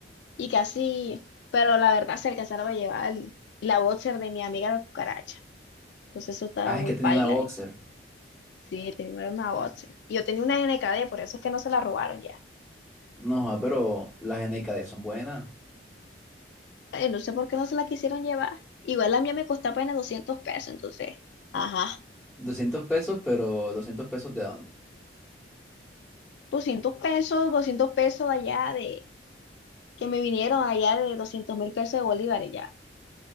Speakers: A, on the left (about 70°); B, in the centre.
A: Y casi, pero la verdad se alcanzaron a llevar el- la boxer de mi amiga la cucaracha. Entonces eso estaba
B: Ah,
A: muy
B: es que tenía
A: paila.
B: una boxer.
A: eh. Sí, tenía una boxer. Y Yo tenía una NKD, por eso es que no se la robaron ya.
B: No, ah, pero las NKD son buenas.
A: Eh, No sé por qué no se la quisieron llevar. Igual la mía me costó apenas 200 pesos, entonces, ajá.
B: Doscientos pesos, pero 200 pesos de dónde?
A: doscientos pesos, 200 pesos allá de, que me vinieron allá de doscientos mil pesos de bolívares ya.